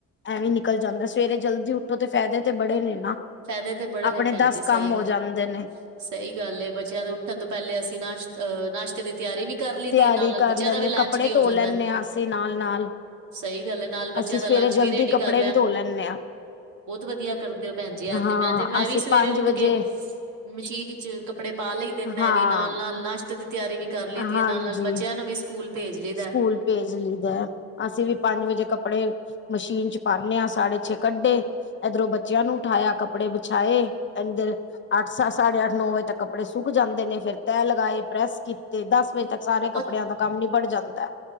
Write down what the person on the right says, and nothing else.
ਫਾਇਦੇ ਤੇ ਬੜੇ
ਨੇ ਭੈਣ
ਜੀ
ਸਹੀ
ਗ-
ਸਹੀ ਗੱਲ ਏ ਬੱਚਿਆਂ ਦੇ ਉੱਠਣ ਤੋਂ ਪਹਿਲੇ ਅਸੀਂ ਨਾਸ਼ਤ ਨਾਸ਼ ਹਤੇ ਦੀ ਤਿਆਰੀ ਵੀ ਕਰ ਲਈ
ਦੀ ਹੈ ਨਾਲ ਨਾਲ
ਬੱਚਿਆਂ
ਦਾ ਵੀ ਲੰਚ
ਵੀ ਹੋ
ਜਾਂਦਾ।
ਸਹੀ ਗੱਲ ਹੈ। ਨਾਲ ਬੱਚਿਆਂ
ਦਾ
ਲੰਚ ਵੀ
ਰੇਡੀ
ਕਰ ਲਿਆ
ਬਹੁਤ ਵਧੀਆ ਕਰਦੇ ਹੋ ਭੈਣ ਜੀ।
ਤੇ ਮੈਂ ਤੇ ਮੈਂ
ਵੀ ਸਵੇਰੇ
ਉੱਠ
ਕੇ ਮਸ਼ੀਨ ਵਿੱਚ ਕੱਪੜੇ ਪਾ ਲਈ ਦੇ ਮੈਂ
ਵੀ ਨਾਲ -ਨਾਲ ਨਾਸ਼ਤੇ ਦੀ ਤਿਆਰੀ ਵੀ ਕਰ ਲਈ ਦੀ
ਹੈ ਨਾਲ ਨਾਲ ਬੱਚਿਆਂ ਨੂੰ ਵੀ ਸਕੂਲ ਭੇਜ ਲ
ਉਹ